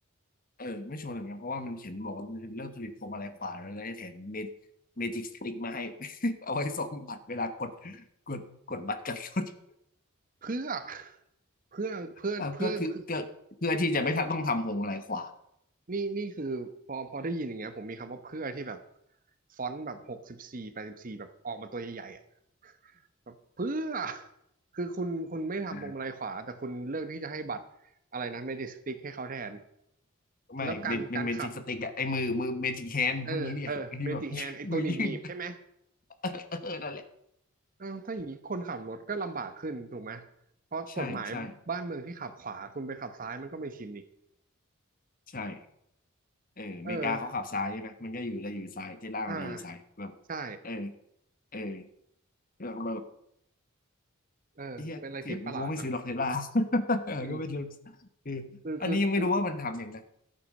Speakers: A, on the left (about 40°); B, on the right (about 40°).
A: เออไม่ชัวร์เลยเหมือนกันเพราะว่ามันเขียนบอกว่ามันจะเลิกผลิตพวงมาลัยขวาแล้วแล้วจะแถมเมจิกสติ๊กมาให้ <laughs> เอาไว้ส่งบัตรเวลากดกดกดบัตรกันรถ
B: เพื่อเพื่อเพื่อเพื่อเพื่อ
A: เออก็คือก็เพื่อที่จะไม่ต้องทำวงอะไรขวา
B: โอ้โหนี่นี่คือพอพอได้ยินอย่างเงี้ยผมมีคำว่าเพื่อที่แบบฟอนต์แบบหกสิบสี่แปดสิบสี่แบบออกมาตัวใหญ่ๆอ่ะแบบเพื่อคือคุณคุณไม่ทำพวงมาลัยขวาแต่คุณเลือกที่จะให้บัตรอะไรนะเมจิกสติ๊กให้เขาแทน
A: อ่าไม่เป็นเป็นเมจิกสติกอะไอ้มือมือเมจิกแฮนด์พวกนี้เนี่ย
B: แล้วการการขับเออเออเมจิกแฮนไอตัวหนีบๆใช่ไหม
A: <laughs> ที่แบบ <laughs> มือยื่น <laughs> เออนั่นแหละ
B: อ้าวถ้าอย่างนี้คนขับรถก็ลำบากขึ้นถูกไหม เพราะกฎหมายบ้านเมืองที่ขับขวาคุณไปขับซ้ายมันก็ไม่ชินอีก
A: ใช่ใช่ใช่เอออเมริกาเขาขับซ้ายใช่ไหมมันก็อยู่เลยอยู่ซ้ายเทสลามันเลยอยู่ซ้ายแบบ
B: เออ อ่า ใช่
A: เออเออแล้วก็แบบ
B: เออเป็นอะไรที่ประหลาดนะ
A: เฮียเกลียดกูไม่ซื้อหรอกเทสลา <laughs> เออก็เป็นเรื่อง
B: จริง
A: คืออันนี้ยังไม่รู้ว่ามันทำอย่างนะ
B: คือคือคือ